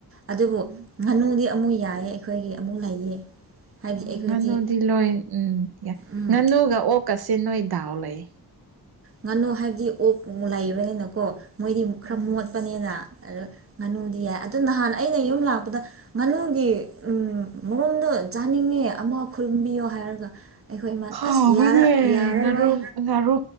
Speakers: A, on the right (about 35°); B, on the right (about 80°).
A: ꯑꯗꯨꯕꯨ
B: ꯎꯝ
A: ꯉꯥꯅꯨꯗꯤ ꯑꯃꯨꯛ ꯌꯥꯏꯌꯦ ꯑꯩꯈꯣꯏꯒꯤ ꯑꯃꯨꯛ ꯂꯩꯌꯦ ꯍꯥꯏꯕꯗꯤ
B: ꯎꯝ
A: ꯑꯩꯈꯣꯏꯗꯤ
B: ꯉꯥꯅꯨꯗꯤ ꯂꯣꯏ ꯎꯝ ꯌꯥ
A: ꯎꯝ
B: ꯉꯥꯅꯨꯒ ꯑꯣꯛꯀꯁ ꯅꯣꯏ ꯗꯥꯎ ꯂꯩ
A: ꯉꯥꯅꯨ ꯍꯥꯏꯕꯗꯤ ꯑꯣꯛ ꯂꯩꯕꯅꯤꯅꯀꯣ ꯃꯣꯏꯗꯤ ꯈꯔ
B: ꯎꯝ
A: ꯃꯣꯠꯄꯅꯤꯅ ꯑ ꯉꯥꯅꯨꯗꯤ ꯌꯥꯏ ꯑꯗꯨ ꯅꯍꯥꯟ ꯑꯩꯅ ꯌꯨꯝ ꯂꯥꯛꯄꯗ ꯉꯥꯅꯨꯒꯤ ꯎꯝ ꯃꯔꯣꯗꯣ ꯆꯥꯅꯤꯡꯉꯦ ꯑꯃ ꯈꯨꯔꯨꯝꯕꯤꯌꯣ ꯍꯥꯏꯔꯒ ꯑꯩꯈꯣꯏ ꯏꯃꯥꯅ
B: ꯍꯒꯅꯦ
A: ꯑꯁ ꯌꯥꯔꯔꯣꯏ
B: ꯉꯔꯝ ꯉꯔ